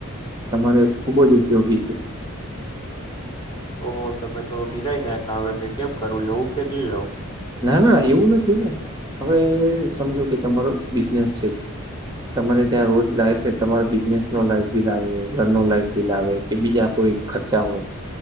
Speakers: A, on the right (about 15°); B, on the left (about 20°).
A: તમારે ખૂબ જ ઉપયોગી છે.
B: ઓહો તમે તો બિડાઈ નાઇખા, હવે મે કેમ કરું લવું કે ની લેવું?
A: ના ના એવું નથી ને. હવે સમજો કે તમારો બિઝનેસ છે, તમારે ત્યાં રોજ <unintelligible> તમારો બિઝનેસ નો લાઈટ બિલ આવે, ઘર ન લાઈટ બિલ આવે, કે બીજા કોઈ ખર્ચા હોય,